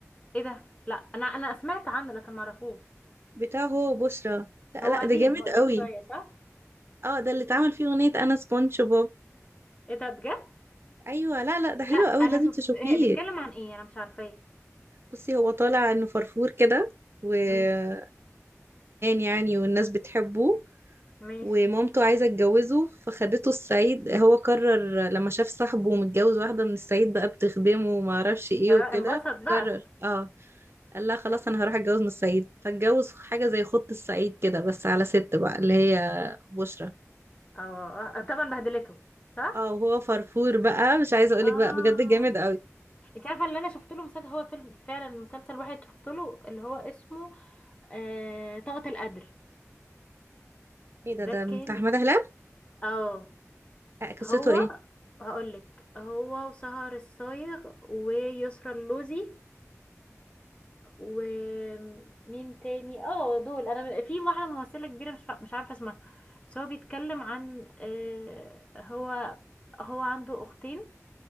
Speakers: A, on the left; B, on the right.
A: ايه ده لا انا انا سمعت عنه لكن ما اعرفوش
B: بتاعه هو بشرى لا
A: هو
B: لا
A: قديم
B: ده جامد
A: هو قديم
B: قوي
A: شويه صح
B: اه ده اللي اتعمل فيه اغنيه انا سبونج بوب
A: ايه ده بجد
B: ايوه لا لا ده حلو
A: لا انا
B: قوي لازم
A: شفت
B: تشوفيه
A: إيه بيتكلم عن ايه انا مش عارفه ايه
B: بصي هو طالع انه فرفور كده وفنان
A: ماشي
B: يعني والناس بتحبه
A: ماشي
B: ومامته عايزة تجوزه فخدته الصعيد هو قرر لما شاف صاحبه متجوز واحدة من الصعيد بقى بتخدمه وما اعرفش ايه
A: اه
B: وكده
A: انبسط بقى
B: قرر اه قال لها خلاص انا هروح اتجوز من الصعيد فاتجوز حاجة زي خط الصعيد كده بس على ست بقى اللي هي بشرى
A: اه آه، طبعا بهدلته صح
B: اه وهو فرفور بقى مش عايزة اقولك
A: اه
B: بقى بجد جامد قوي
A: انت عارفه اللي انا شفت له مسلسل هو فيلم فعلا مسلسل واحد شفت له اللي هو اسمه آه... طاقة القدر
B: ايه ده ده
A: ده كان
B: بتاع احمد هلال
A: اه
B: آه، قصته
A: هو
B: ايه
A: هقولك هو وسهر الصايغ ويسرى اللوزي ومين تاني اه دول انا في واحده ممثله كبيره مش فا- مش عارفه اسمها بس هو بيتكلم عن آه... هو هو عنده اختين